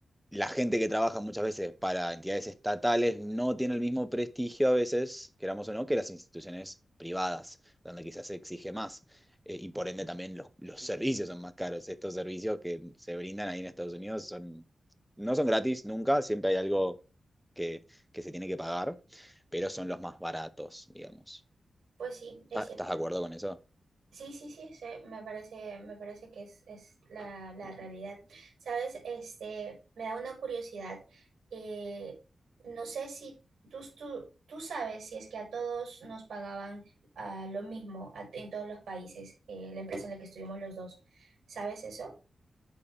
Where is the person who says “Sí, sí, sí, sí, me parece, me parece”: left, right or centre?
Right